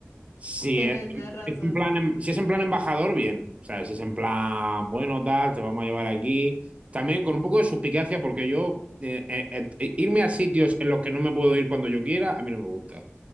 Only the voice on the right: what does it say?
Si
es,
es en plan, em- si es en plan embajador, bien. O sea, si es en plan, bueno, tal, te vamos a llevar aquí. También con un poco de suspicacia, porque yo eh, eh, eh, eh, irme a sitios en los que no me puedo ir cuando yo quiera, a mí no me gusta.